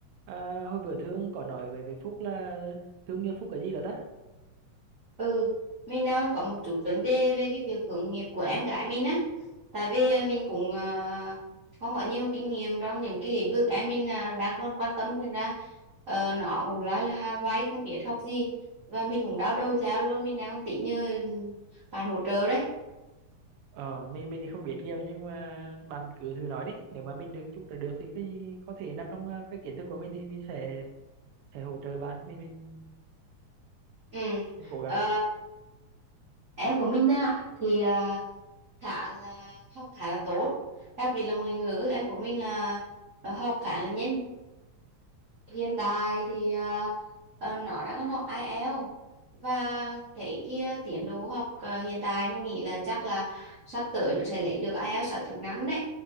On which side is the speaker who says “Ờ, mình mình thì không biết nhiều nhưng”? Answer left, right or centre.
Right